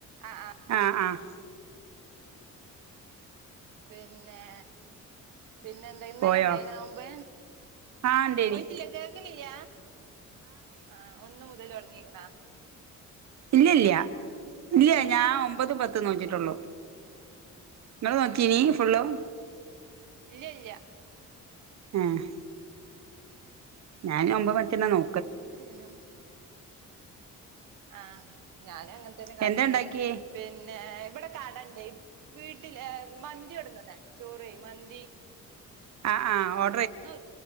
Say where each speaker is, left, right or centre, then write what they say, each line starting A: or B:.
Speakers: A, on the right (about 85°); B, on the right (about 60°).
A: ആഹ് ആഹ്
B: ആഹ് ആഹ്
A: പിന്നെ പിന്നെ എന്താ ഇന്നലെ
B: പോയോ
A: ഇണ്ടയ്നിയോ നോമ്പ്
B: ആഹ് ഇണ്ടേനി
A: പോയിട്ടില്ല കേക്ക്ണില്ല ആഹ് ഒന്ന് മുതല് തൊടങ്ങിക്ക്ണ?
B: ഇല്ലല്ല ഇല്ല ഞാൻ ഒമ്പതും പത്തും നോറ്റിട്ടുള്ളു
A: ആ
B: ഇങ്ങള് നോറ്റീനീ ഫുള്ളും
A: ഇല്ലല്ല
B: ആഹ് ഞാനു ഒമ്പതും പത്തൊന്നെ നോ
A: എത്രയന ആഹ് ഞാനും അങ്ങൻത്തന്നെ കാട്ടല്
B: എന്താ ഇണ്ടാക്കിയേ
A: പിന്നെ ഇവിടെ കടണ്ടേ വീട്ടിൽ ങ്ങ് മന്തി കൊടുന്നതാണ് വീട്ടില് ചോറ് മന്തി
B: ആഹ് ആഹ് ഓ
A: ന്ന്